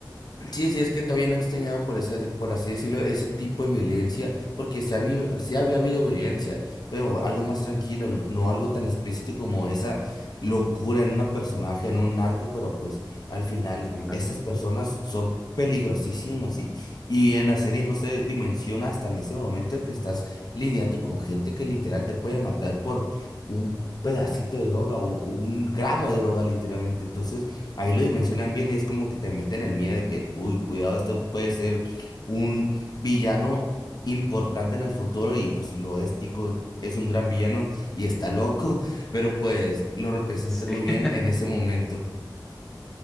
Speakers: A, on the left (about 60°); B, in the centre.
A: sí, sí, es que todavía no enseñaban, por eso, por así decirlo, ese tipo de violencia, porque se había, se había habido violencia, pero algo más tranquilo, no, no algo tan explícito como esa locura en una personaje, en un narco, pero pues al final
B: Ándale.
A: esas personas son peligrosísimas y, y en la serie no se dimensiona hasta en ese momento que estás lidiando con gente que literal te puede matar por un pedacito de droga o un gramo de droga literalmente. Entonces... ahí lo dimensionan bien y es como que te meten el miedo de que, uy, cuidado, este puede ser un villano importante en el futuro y pues lo es, Tico es un gran villano y está loco, <laughs> pero pues lo representan
B: Sí,
A: muy bien
B: <laughs>
A: en ese momento.